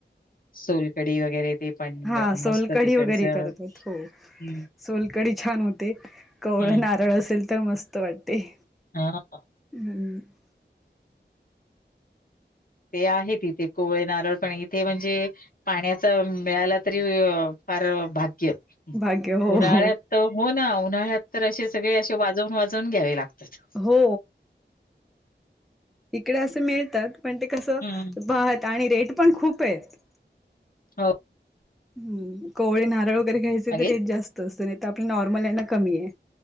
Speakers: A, on the left; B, in the centre.
A: सोलकडी वगैरे ते. पण
B: हा
A: अ, मस्त
B: सोलकढी
A: तिकडचं
B: वगैरे करतात हो.
A: हं,
B: सोलकडी छान होते कवळ
A: हं.
B: नारळ असेल तर मस्त वाटते.
A: हा.
B: ह.
A: ते आहेत तिथे कोळे नारळपणे इथे म्हणजे. पाण्याचा मिळाला तरी फार भाग्य
B: भाग्य हो
A: उन्हाळ्यात.
B: हो
A: तर हो ना उन्हाळ्यात तर असे सगळे असे वाजवून वाजवून घ्यावे लागतात.
B: हो इकडे असं मिळतात. पण ते कसं
A: हम्म
B: बात आणि रेट पण खूप आहेत.
A: हो.
B: हम् कोवळे नारळ वगैरे घ्यायचे
A: मागे
B: तर रेट जास्त असत नाही तर आपला नॉर्मल यांना कमी आहे.